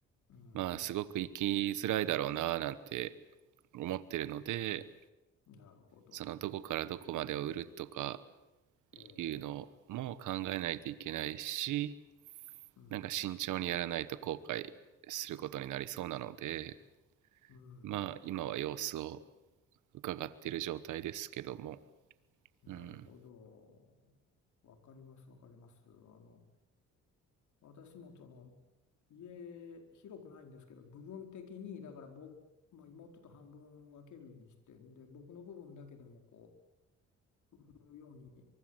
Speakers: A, on the left; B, on the right.
A: うん、
B: まあすごく生きづらいだろうななんて思ってるので
A: なるほど。
B: そのどこからどこまでを売るとか
A: ええ、
B: いうのも考えないといけないし
A: うん、
B: なんか慎重にやらないと後悔することになりそうなので
A: うん、
B: まあ今は様子を伺っている状態ですけども
A: なるほど。
B: うん
A: わかります、わかります。あの、私もその家広くないんですけど部分的にだから僕、まあ、妹と半分分けるにしてんで僕の部分だけでもこう売るようにっ